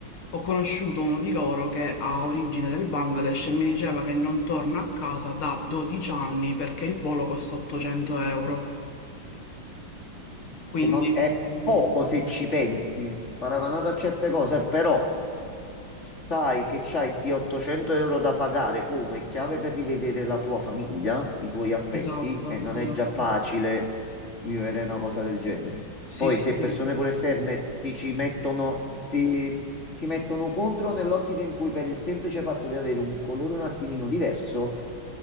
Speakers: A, on the left; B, on the left.
A: Ho conosciuto uno di loro che ha origine del Bangladesh e mi diceva che non torna a casa da 12 anni perché il volo costa 800 euro. Quindi,
B: che non è
A: mm,
B: poco se ci pensi, paragonato a certe cose, però Sai che c'hai sti 800 euro da pagare come chiave per rivedere la tua famiglia, i tuoi affetti,
A: esatto,
B: e non
A: esatto.
B: è già facile vivere una cosa del genere.
A: Sì,
B: Poi
A: sì,
B: se
A: sì.
B: persone pure esterne ti ci mettono, ti, si mettono contro nell'ottica in cui per il semplice fatto di avere un colore un attimino diverso,